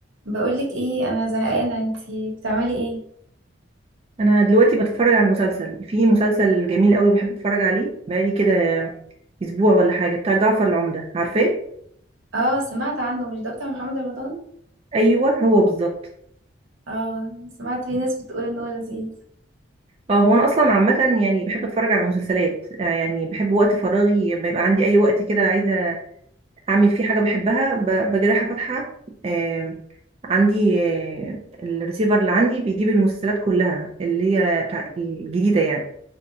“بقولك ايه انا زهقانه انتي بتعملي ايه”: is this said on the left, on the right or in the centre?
Right